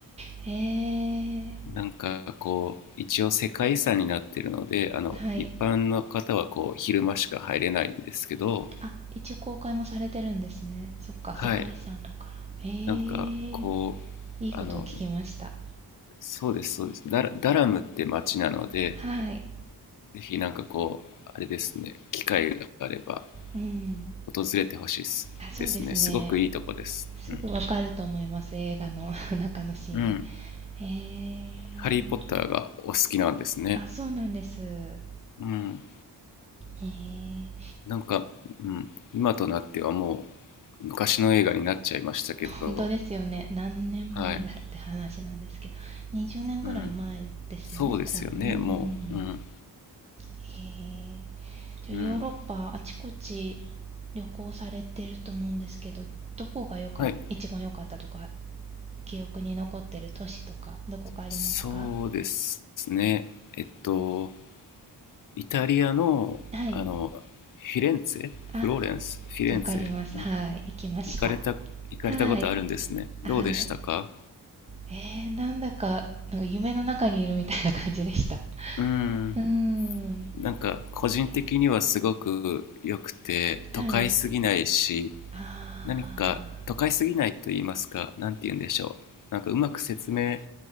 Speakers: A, on the right; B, on the left.
A: <laughs> へえ。
B: なんかこう、一応世界遺産になってるので、あの、
A: はい。
B: 一般の方はこう、昼間しか入れないんですけど、
A: あ、一応公開もされてるんですね。そっか、世界遺産だから。
B: はい、
A: へえ。
B: なんかこう、
A: いいことを聞きました。
B: あの、そうです、そうです。ダラ、ダラムって町なので、
A: はい。
B: ぜひなんかこう、あれですね、機会があれば
A: うん。
B: 訪れてほしいですですね。
A: あ、そうですね。
B: すごくいいとこです。
A: すぐわかると思います、
B: うん。
A: 映画の <laughs> 中のシーン。
B: うん。
A: へえ。
B: ハリー・ポッターがお好きなんですね。
A: あ、そうなんです。へ
B: うん。
A: え。
B: なんか、うん。今となってはも昔の映画になっちゃいましたけど、
A: 本当ですよね。何年前だって話なんですけど、
B: はい。
A: 20年ぐらい前ですよね、
B: うん、そうですよね、
A: 多分。うん。
B: もう。うん、
A: へえ。じゃあヨーロッパあちこち
B: うん。
A: 旅行されてると思うんですけど、どこがよかっ一番良かったとか、
B: はい。
A: 記憶に残ってる都市とか、どこかありますか
B: そうですね。えっと、イタリアの、
A: はい。
B: あの、フィレンツェフローレンスフィレンツェん
A: あ、わかります。はい。行きました。
B: 行かれた、行かれたことあるんですね。
A: はい。はい。
B: どうでしたか
A: えー、なんだか、なんか夢の中にいるみたいな感じでした。
B: うん。
A: うーん。
B: なんか、個人的にはすごく良くて、
A: 綺麗。
B: 都会すぎないし、
A: はい。ああ、
B: 何か都会すぎないと言いますか何て言うんでしょうなんかうまく説明